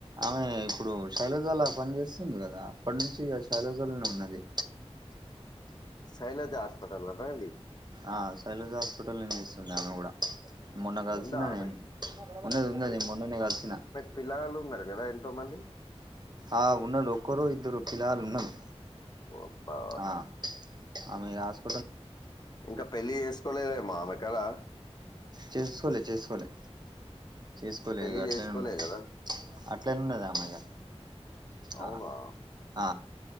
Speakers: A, on the right; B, on the left.
A: ఆమె ఇప్పుడు శైలజలో పని చేస్సున్ది కదా! అప్పడ్నుంచిఇగ శైలజలోనే ఉన్నది.
B: శైలజ హాస్పిటల్ల్లోనండి
A: ఆ సైలజ హాస్పిటల్నేమ్ చేస్తుంది ఆమె కూడా మొన్న కల్సినా
B: ఉందా ఆమె
A: నేను ఉన్నది ఉన్నది నేన్ మొన్ననే కల్సిన
B: పిల్ల గాళ్ళున్నారు గదా ఎంతో మంది
A: ఆ ఉన్నలు ఒక్కరో ఇద్దరో పిల్లగాళ్ళున్నాలు
B: ఓబ్బా
A: ఆ ఆమీగా హాస్
B: ఇంకా పెళ్ళి చేసుకోలేదేమో ఆమె కదా
A: చేస్కోలే చేస్కోలే చేసుకోలేదు
B: పెళ్లి
A: గట్లేనున్నది
B: చేసుకోలే కదా
A: అట్లనున్నదామే ఇగ
B: అవునా
A: ఆ ఆ